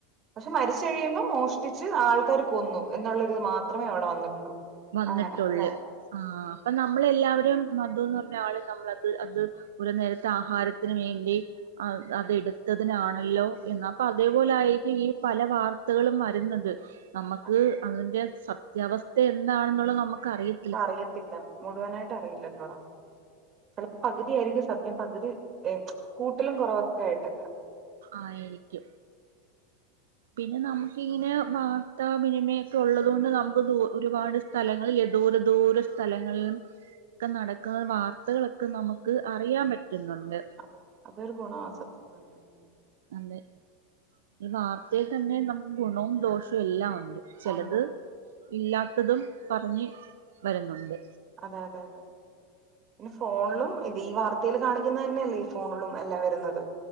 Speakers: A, on the right; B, on the right.
A: പഷേ മരിച്ച്കഴിയുമ്പോ മോഷ്ടിച്ച് ആൾക്കാര് കൊന്നു എന്നുള്ളൊരു ഇത് മാത്രമേ അവിടെ വന്നിട്ടുള്ളൂ
B: വന്നിട്ടൊള്ള്
A: അങ്ങനെ അല്ലെ
B: ആഹ് അപ്പോ നമ്മളെല്ലാവരും മധുന്ന് പറഞ്ഞ ആളെ നമ്മളത് അത് ഒരു നേരത്ത ആഹാരത്തിന് വേണ്ടി ആഹ് അതെടുത്തതിനാണല്ലോ എന്നാ അപ്പോ അതേപോലാരിക്കും ഈ പല വാർ ത്തകളും വരുന്നത് നമക്ക്
A: അതെ അതെ
B: അതിന്റെ സത്യാവസ്ഥ എന്താണെന്നുള്ളത് നമുക്കറിയ
A: ആറിയത്തില്ല മുഴുവനായിട്ട് അറിയില്ലല്ലോടാ ചെലപ്പോ പകുതിയാരിക്കും സത്യം പകുതി ഏഹ് കൂട്ടലും കൊറവൊക്കെ ആയിട്ട്
B: ആയിരിക്കും പിന്നെ നമുക്ക് ഇങ്ങനെ വാർത്താവിനിമയൊക്കെ ഒള്ളതുകൊണ്ട് നമുക്ക് ഒരുപാട് സ്ഥലങ്ങളിൽ ദൂര ദൂര സ്ഥലങ്ങളിലും ഒക്കെ നടക്കുന്ന വാർ ത്തകളൊക്കെ നമുക്ക് അറിയാൻ പറ്റുന്നോണ്ട്
A: അത് അതൊരു ഗുണവാ സത്യം പറഞ്ഞാ
B: അതെ ഈ വാർത്തയിൽ തന്നെ നമുക്ക് ഗുണവും ദോഷവും എല്ലാം ഒണ്ട് ചെലത്
A: ഉണ്ട്
B: ഇല്ലാത്തതും പറഞ്ഞ് വരുന്നോണ്ട്
A: അതെ അതെ അതെ പിന്നെ ഫോണിലും ഇത് ഈ വാർത്തേല് കാണിക്കുന്നത് തന്നെയല്ലേ ഈ ഫോണിലും എല്ലാം വരുന്നത്